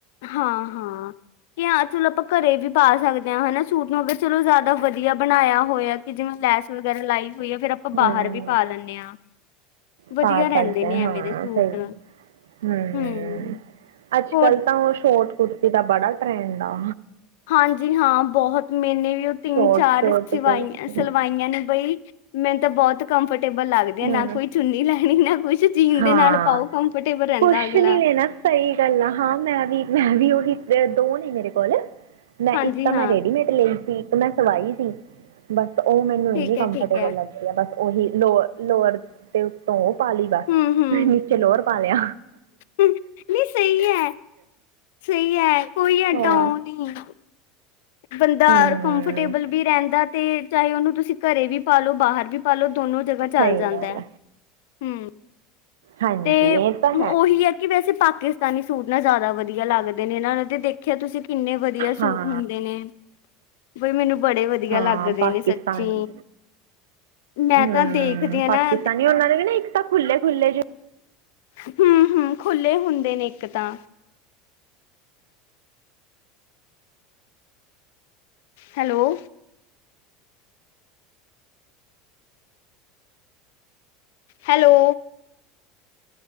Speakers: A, on the left; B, on the right.
A: ਹਾਂ-ਹਾਂ। ਕਿ ਹਾਂ ਚਲੋ ਆਪਾਂ ਘਰੇ ਵੀ ਪਾ ਸਕਦੇ ਹਾਂ, ਹਨਾ ਸੂਟ ਨੂੰ ਅਗਰ ਚਲੋ ਜ਼ਿਆਦਾ ਵਧੀਆ ਬਣਾਇਆ ਹੋਇਆ ਕਿ ਜਿਵੇਂ ਲੈਸ ਵਗੈਰਾ ਲਾਈ ਹੋਈ ਹੈ। ਫਿਰ ਆਪਾਂ
B: ਹਾਂ
A: ਬਾਹਰ ਵੀ ਪਾ ਲੈਂਦੇ ਹਾਂ। ਵਧੀਆ
B: ਪਾ
A: ਰਹਿੰਦੇ
B: ਸਕਦੇ
A: ਨੇ
B: ਹਾਂ
A: ਐਵੇਂ
B: ਹਾਂ
A: ਦੇ ਸੂਟ
B: ਸਹੀ ਹਮ
A: ਹੂੰ,
B: ਅੱਜ
A: ਹੋਰ
B: ਕੱਲ ਤਾਂ ਉਹ ਸ਼ੋਰਟ ਕੁੁਰਤੀ ਦਾ ਬੜਾ ਟਰੈਂਡ ਆ।
A: ਹਾਂਜੀ। ਹਾਂ ਬਹੁਤ ਮੇਨੇ ਵੀ ਉਹ ਤਿੰਨ,
B: ਸ਼ੋਰਟ
A: ਚਾਰ
B: ਸ਼ੋਰਟ
A: ਸਵਾਈਆਂ
B: ਕੁੜਤੀ
A: ਸਵਾਈਆਂ ਨੇ ਬਈ। ਮੈਨੂੰ ਤਾਂ ਬਹੁਤ ਕੰਫ ਕੰਫਰਟੇਬਲ ਲੱਗਦੇ ਆ
B: ਹਮ
A: ਨਾ ਕੋਈ ਚੁੰਨੀ ਲੈਣੀ ਨਾ ਕੁਛ ਜੀਨ
B: ਹਾਂ
A: ਦੇ ਨਾਲ ਪਾਓ ਕੰਫਰਟੇਬਲ ਰਹਿੰਦਾ
B: ਕੁਛ
A: ਅਗਲਾ।
B: ਨਹੀਂ ਲੈਣਾ ਸਹੀ ਗੱਲ ਆ ਹਾਂ ਮੈਂ ਵੀ ਮੈਂ ਵੀ ਉਹੀ ਦੋ ਨਹੀਂ ਮੇਰੇ ਕੋਲ। ਮੈਂ
A: ਹਾਂਜੀ
B: ਇੱਕ ਤਾਂ
A: ਹਾਂ
B: ਮੈਂ ਰੇਡੀਮੇਟ ਲਈ। ਠੀਕ ਮੈਂ ਸਵਾਈ ਸੀ ਬਸ ਉਹ ਮੈਨੂੰ
A: ਠੀਕ
B: ਇੰਨੀ ਕੰਫਰਟੇਬਲ
A: ਹੈ ਠੀਕ
B: ਲੱਗਦੀ ਹੈ ਬਸ ਉਹੀ ਲੋਅਰ ਲੋਵਰ ਦੇ ਉੱਤੋਂ
A: ਹੂੰ-ਹੂੰ।
B: <unintelligible> ਨੀਚੇ ਲੋਵੇਰ ਪਾਲਿਆ।
A: ਨਹੀਂ ਸਹੀ ਹੈ ਸਹੀ ਹੈ ਕੋਈ ਐਡਾ
B: ਹੋਰ
A: ਉਹ ਨਹੀਂ ਬੰਦਾ
B: ਹਮ
A: ਕੰਫਰਟੇਬਲ ਵੀ ਰਹਿੰਦਾ ਤੇ ਚਾਹੇ ਉਹਨੂੰ ਤੁਸੀਂ ਘਰੇ ਵੀ ਪਾਲੋ ਬਾਹਰ ਵੀ ਪਾਲ ਲੋ। ਦੋਨੋ ਜਗ੍ਹਾ ਚੱਲ
B: ਸਹੀ
A: ਜਾਂਦਾ
B: ਗੱਲ
A: ਹੈ। ਹੂੰ।
B: ਹਾਂਜੀ
A: ਤੇ
B: ਇਹ ਤਾਂ
A: ਉਹੀ ਹੈ ਕਿ ਵੈਸੇ ਪਾ ਪਾਕਿਸਤਾਨੀ ਸੂਟ ਨਾ ਜ਼ਿਆਦਾ ਵਧੀਆ ਲੱਗਦੇ ਨੇ ਇਹਨਾਂ ਤੇ ਦੇਖਿਆ ਤੁਸੀਂ। ਕਿੰਨੇ ਵਧੀਆ
B: ਹਾਂ
A: ਸੂਟ ਹੁੰਦੇ ਨੇ। ਬ ਮੈਨੂੰ ਬੜੇ ਵਧੀਆ
B: ਹਾਂ
A: ਲੱਗਦੇ
B: ਪਾਕਿਸਤਾਨੀ
A: ਨੇ ਸੱਚੀ ਮੈਂ
B: ਹਮ
A: ਤਾਂ ਦੇਖਦੀ ਹਾਂ
B: ਪਾਕਿਸਤਾਨੀ
A: ਨਾ
B: ਉਹਨਾਂ ਦੇ ਨਾ ਇੱਕ ਤਾਂ ਖੁੱਲ੍ਹੇ-ਖੁੱਲ੍ਹੇ ਜੋ
A: ਹਮ-ਹਮ ਖੁੱਲ੍ਹੇ ਹੁੰਦੇ ਨੇ ਇੱਕ ਤਾਂ। Hello. Hello.